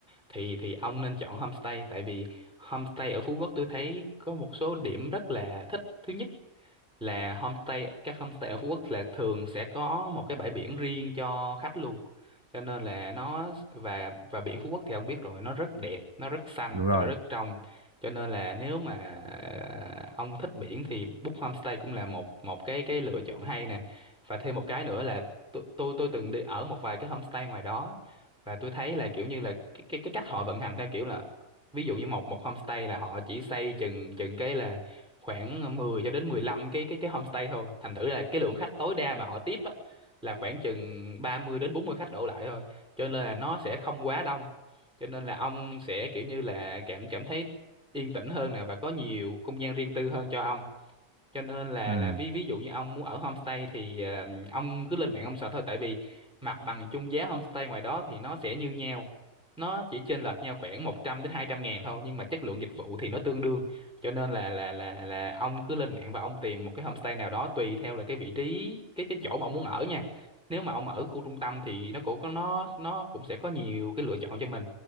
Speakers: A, in the centre; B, on the right (about 20°).
A: thì thì ông nên chọn homestay tại vì homestay ở Phú Quốc tôi thấy có một số điểm rất là thích thứ nhất là homestay các homestay ở Phú Quốc là thường sẽ có một cái bãi biển riêng cho khách luôn cho nên là nó và và biển Phú Quốc thì ông biết rồi nó rất đẹp nó rất xanh
B: đúng rồi
A: và nó rất trong cho nên là nếu mà ờ, ông thích biển thì book homestay cũng là một một cái cái lựa chọn hay nè và thêm một cái nữa là tôi tôi tôi từng đi ở một vài cái homestay ngoài đó và tôi thấy là kiểu như là cái cái cái cách họ vận hành theo kiểu là ví dụ như một một homestay là họ chỉ xây chừng chừng cái là khoảng ờ, 10 cho đến 15 cái cái cái homestay thôi thành thử là cái lượng khách tối đa mà họ tiếp á, là khoảng chừng 30 đến 40 khách đổ lại thôi cho nên là nó sẽ không quá đông cho nên là ông sẽ kiểu như là cảm cảm thấy yên tĩnh hơn nè và có nhiều không gian riêng tư hơn cho ông cho nên là
B: Ừ.
A: là ví ví dụ như ông muốn ở homestay thì ờ, ông cứ lên mạng ông sợ thôi tại vì mặt bằng chung giá homestay ngoài đó thì nó sẽ như nhau nó chỉ chênh lệch nhau khoảng 100 đến 200 ngàn thôi nhưng mà chất lượng dịch vụ thì nó tương đương cho nên là là là là ông cứ lên mạng và ông tìm một cái homestay nào đó tùy theo là cái vị trí cái cái chỗ mà ông muốn ở nha nếu mà ông ở khu trung tâm thì nó cũng có- nó nó cũng sẽ có nhiều cái lựa chọn cho mình